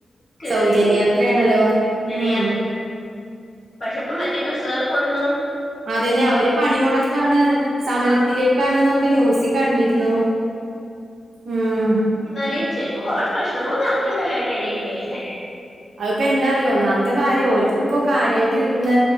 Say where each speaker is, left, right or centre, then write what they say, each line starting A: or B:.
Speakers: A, on the left; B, on the right.
A: കേറീട്ട്
B: സൗജന്യ യാത്രയാണല്ലോ
A: ഇന
B: ഉം
A: യാത് പക്ഷെ ഇപ്പ മറ്റെ പ സേർക്കൊന്നും.
B: അതന്നെ അവര് പണിമുടക്കാണ്. സമരത്തിലേക്കാണ്.
A: ആഹ്
B: ഇന്നൊക്കെ ന്യൂസിക്ക കണ്ടിരുന്നു ഉം
A: എന്നാല് ചെൽപ്പ കൊറെേ പ്രശ്നങ്ങളും നടക്ക്ണ്ടല്ലൊ. അയ്ന്റെ എടേയില് ലേ.
B: അത്പ്പോ എന്താ അറ്യാെ. ഒന്നാമത്തെ കാര്യം ഓല്ക്ക് ഇപ്പോ കാര്യായിട്ട് കിട്ട്ണത്